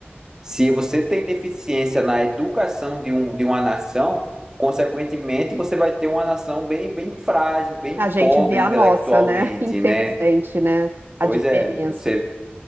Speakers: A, on the right (about 15°); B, on the right (about 60°).
A: Se você tem deficiência na educação de, um, de uma nação, consequentemente você vai ter uma nação bem, bem frágil, bem
B: A gente
A: pobre
B: vê a
A: intelectualmente,
B: nossa, né? <laughs> Infelizmente,
A: né?
B: né? A
A: Pois
B: diferença.
A: é, você,